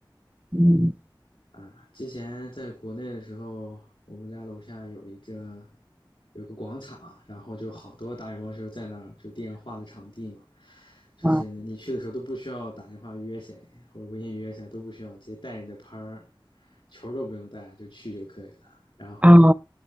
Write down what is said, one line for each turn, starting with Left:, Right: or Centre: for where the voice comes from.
Right: 嗯
Left: 啊，之前在国内的时候，我们家楼下有一个有个广场，然后就好多打羽毛球在那儿就上画的场地嘛，就是你去的时候都不需要打电话约谁或者微信约谁，
Right: 啊
Left: 都不需要，直接带你的拍儿，球都不用带就去就可以了。然后
Right: 啊